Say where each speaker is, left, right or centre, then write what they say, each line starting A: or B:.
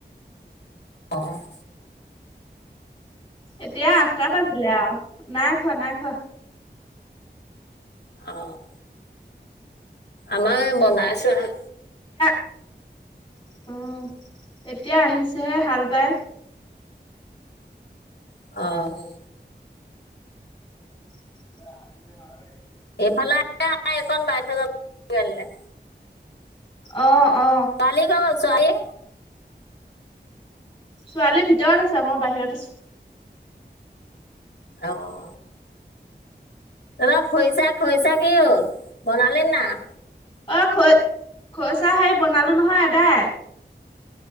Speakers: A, on the left (about 70°); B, on the left (about 25°).
A: অ'
B: এতিয়া আঠটা বাজিলে আৰু নাই খোৱা নাই খোৱা।
A: অ' আমাৰ বনাইছোহে।
B: আহ এতিয়া আহিছেহে হাল বাই।
A: অ'
B: <unintelligible>
A: এইফালে আহালে আমা এইকণ বাই থৈ যাব <unintelligible>
B: অ' অ
A: ছোৱালী গ'ল ছোৱালী।
B: ছোৱালীৰ ভিতৰত আছে, মই বাহিৰত আছো।
A: অ' এবাৰ খৈৰছা খৈৰছা কি হ'ল বনালে নাই।
B: অ' খ খৈৰচা হেৰি বনালো নহয় আদায়।